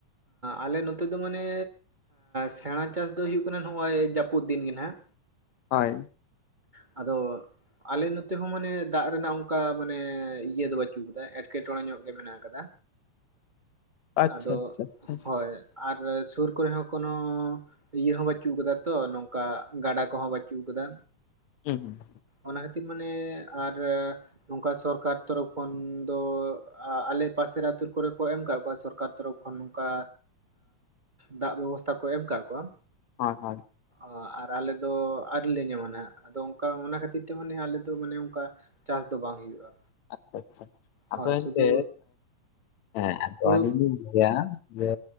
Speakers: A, on the right; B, on the left.
A: ᱟᱞᱮ ᱱᱚᱛᱮ ᱫᱚ ᱢᱟᱱᱮ ᱥᱮᱬᱟ ᱪᱟᱥ ᱫᱚ ᱦᱩᱭᱩᱜ ᱠᱟᱱᱟ ᱱᱚᱜᱼᱚᱭ ᱡᱟᱹᱯᱩᱫ ᱫᱤᱱ ᱜᱮ ᱱᱟᱜ
B: ᱦᱚᱭ
A: ᱟᱫᱚ ᱟᱞᱮ ᱱᱚᱛᱮ ᱦᱚᱸ ᱢᱟᱱᱮ ᱫᱟᱜ ᱨᱮᱱᱟᱜ ᱚᱱᱠᱟ ᱢᱟᱱᱮ ᱤᱭᱟᱹ ᱫᱚ ᱵᱟᱹᱪᱩᱜ ᱟᱠᱟᱫᱟ ᱮᱸᱴᱠᱮᱴᱚᱬᱮ ᱧᱚᱜ ᱜᱮ ᱢᱮᱱᱟᱜ ᱟᱠᱟᱫᱟ
B: ᱟᱪᱪᱷᱟ
A: ᱟᱫᱚ
B: ᱟᱪᱪᱷᱟ ᱟᱪᱪᱷᱟ
A: ᱦᱚᱭ ᱟᱨ ᱥᱩᱨ ᱠᱚᱨᱮ ᱦᱚᱸ ᱠᱳᱱᱳ ᱤᱭᱟᱹ ᱦᱚᱸ ᱵᱟᱱᱩᱜ ᱟᱠᱟᱫᱟ ᱛᱚ ᱱᱚᱝᱠᱟ ᱜᱟᱰᱟ ᱠᱚᱦᱚᱸ ᱵᱟᱱᱩᱜ ᱟᱠᱟᱫᱟ
B: ᱦᱩᱸ
A: ᱚᱱᱟ ᱠᱷᱟᱹᱛᱤᱨ ᱢᱟᱱᱮ ᱟᱨ ᱱᱚᱝᱠᱟ ᱥᱚᱨᱠᱟᱨ ᱛᱚᱨᱚᱯᱷ ᱠᱷᱚᱱ ᱫᱚ ᱟᱞᱮ ᱯᱟᱥᱮᱨ ᱟ. ᱛᱩ ᱠᱚᱨᱮ ᱠᱚ ᱮᱢ ᱠᱟᱜ ᱠᱚᱣᱟ ᱥᱚᱨᱠᱟᱨ ᱛᱚᱨᱚᱯᱷ ᱱᱚᱜ ᱚᱭ ᱱᱚᱝᱠᱟ ᱫᱟᱜ ᱵᱮᱵᱚᱥᱛᱷᱟ ᱠᱚ ᱮᱢ ᱠᱟᱜ ᱠᱚᱣᱟ
B: ᱦᱚᱭ ᱦᱚᱭ
A: ᱚ ᱟᱨ ᱟᱞᱮ ᱫᱚ ᱟᱹᱣᱨᱤ ᱞᱮ ᱡᱚᱢᱟ ᱱᱟᱦᱟᱜ ᱟᱫᱚ ᱚᱱᱠᱟ ᱚᱱᱟ ᱠᱷᱟᱛᱤᱨ ᱛᱮ ᱢᱟᱱᱮ ᱟᱞᱮ ᱫᱚ ᱢᱟᱱᱮ ᱚᱱᱠᱟ ᱪᱟᱥ ᱫᱚ ᱵᱟᱝ ᱦᱩᱭᱩᱜᱼᱟ
B: ᱟᱪᱪᱷᱟ ᱟᱪᱪᱷᱟ ᱟᱫᱚ
A: ᱦᱳᱭ
B: ᱮᱱᱛᱮ
A: ᱥᱩᱫᱷᱩ
B: ᱦᱮᱸ ᱟᱫᱚ
A: ᱦᱩᱲᱩ
B: ᱟᱹᱞᱤᱧ ᱞᱤᱧ ᱞᱟᱹᱭᱟ ᱡᱮ